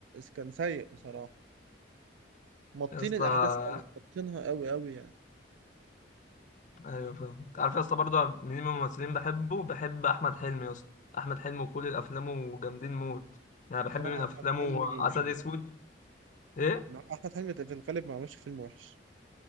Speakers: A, on the right; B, on the left.
A: كان سيء بصراحه مطين
B: يا اسطى
A: الاحداث قوي مطينها قوي قوي يعني
B: ايوه فاهم انت عارف يا اسطى برضه مين من الممثلين بحبه بحب احمد حلمي يا اسطى احمد حلمي وكل افلامه جامدين موت يعني بحب
A: بصراحه
B: من افلامه
A: احمد حلمي
B: عسل
A: يعني،
B: اسود ايه
A: مع احمد حلمي في الغالب ما عملش فيلم وحش